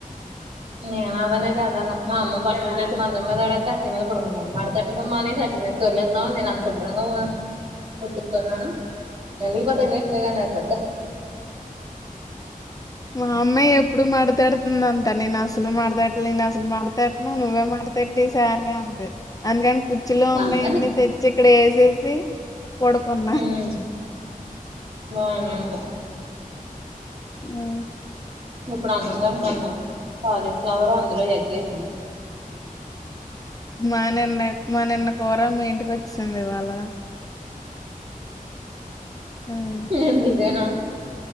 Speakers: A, on the right; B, on the left.
A: నేనావనే చదాను మా అమ్మ బట్టలుతే మందతే అట్టని మీద పడుకుండాను మాడతట్టడం అని అట్ని మీదొరలేదుతున్నావు నేనుంతుభ్రంగా ఉతుత నను న పత లేేగ బేగనేతందే
B: మా అమ్మాయి ఎప్పుడు మాడతడుతుందింత నేను అసలు మాడతేట్ నేను అసలు మాడతేట్నా నువ్వే మాడతేట్టి సారే అంది అందుకని కుచ్చీలో
A: ఉమ్
B: ఉన్నాయండి తెచ్చి ఇక్కడ వేసేసి పడుకున్నా
A: హ్మ్మ్ ఆ ఆ
B: ఆ
A: ఇప్పుడు అన్నందంట మ టాలీఫ్లవర్ అందులో ఎగ్గేసింది
B: మా నిన్న మా నిన్న కూర మీ ఇంటికి వచ్చింది ఇవాళ ఉమ్.
A: నందదేనా